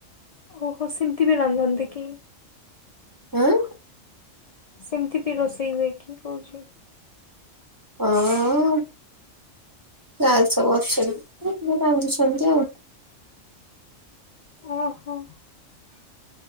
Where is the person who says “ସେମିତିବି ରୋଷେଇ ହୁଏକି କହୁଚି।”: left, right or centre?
Left